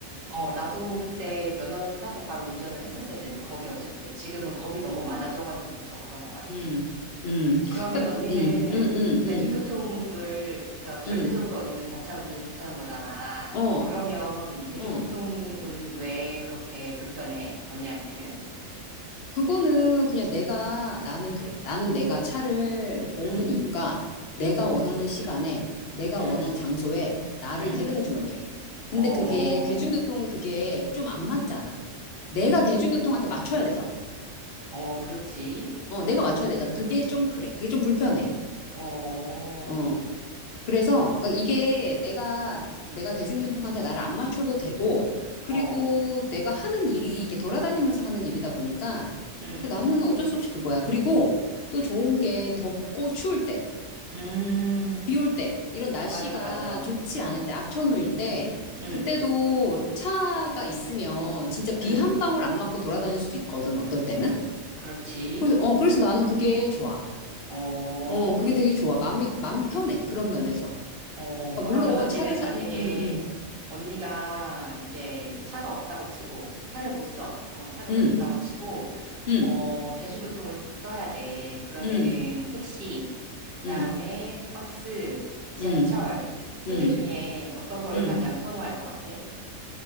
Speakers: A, on the right; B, on the left.
A: 어, 나도 그때 면허를 따고 바로 운전을 했었어야 되는데, 겁이 없을 때. 지금은 겁이 너무 많아져가지고 더 그런 것 같아.
B: 음, 음,
A: 그러면
B: 그,
A: 언니는
B: 음, 음, 음, 음,
A: 대중교통을, 그러니까 절대적으로
B: 음,
A: 언니는 자차 운전이 좋다는 거잖아.
B: 어,
A: 그러면 대중교통은
B: 어.
A: 왜 그렇게 불편해? 언니한테는?
B: 그거는 그냥 내가, 나는 그래. 나는 내가 차를 모으는
A: 응,
B: 이유가 내가 원하는 시간에, 내가 원하는
A: 응,
B: 장소에 나를
A: 응.
B: 데려다 주면 돼. 근데
A: 어, 어,
B: 그게, 대중교통은 그게 좀 안 맞잖아. 내가 대중교통한테 맞춰야 되잖아.
A: 어, 그렇지.
B: 어, 내가 맞춰야 되잖아. 그게 좀 그래. 그게 좀 불편해.
A: 어,
B: 어. 그래서, 그러니까 이게 내가, 내가 대중교통한테 나를 안 맞춰도 되고, 그리고
A: 어.
B: 내가 하는 일이 이렇게 돌아다니면서 하는 일이다 보니까
A: 음,
B: 그 나는 어쩔 수 없이 그거야. 그리고 또 좋은 게 덥고 추울 때,
A: 음,
B: 비 올 때, 이런 날씨가
A: 맞아, 맞아.
B: 좋지
A: 음,
B: 않을 때, 악천후일 때,
A: 음,
B: 그때도 차가 있으면 진짜 비
A: 음,
B: 한 방울 안 맞고 돌아다닐 수도 있거든, 어떨 때는.
A: 그렇지.
B: 그래서, 어, 그래서 나는 그게 좋아.
A: 어,
B: 어, 그게 되게 좋아. 마음이, 마음이 편해. 그런 면에서.
A: 어,
B: 그러니까
A: 그러면
B: 물론
A: 언니는
B: 차를 산,
A: 만약에
B: 음, 음,
A: 언니가 이제 차가 없다고 치고, 차를 못 써. 어, 차를
B: 음,
A: 못 쓴다고 치고,
B: 음,
A: 어, 대중교통을 써야 돼. 그러면은
B: 음, 음,
A: 택시, 그다음에
B: 음,
A: 버스, 지하철,
B: 음,
A: 세
B: 음,
A: 개 중에 어떤 걸
B: 음, 음.
A: 가장 선호할 것 같아?